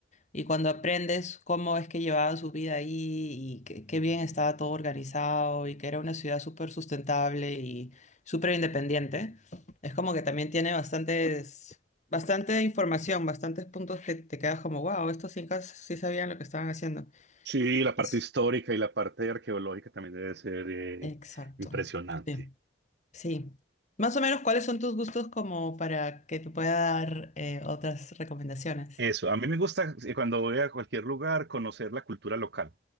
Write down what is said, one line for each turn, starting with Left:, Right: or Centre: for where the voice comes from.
Left: Y cuando aprendes cómo es que llevaba su vida ahí y qué, qué bien estaba todo organizado y que era una ciudad súper sustentable y súper independiente, es como que también tiene bastantes, bastante información, bastantes puntos que te quedas como, wow, estos incas sí sabían lo que estaban haciendo.
Right: Sí, la parte
Left: Así-
Right: histórica y la parte arqueológica también debe ser eh,
Left: Exacto.
Right: impresionante.
Left: Sí. Sí. Más o menos, ¿cuáles son tus gustos como para que te pueda dar eh, otras recomendaciones?
Right: Eso, a mí me gusta eh, cuando voy a cualquier lugar conocer la cultura local,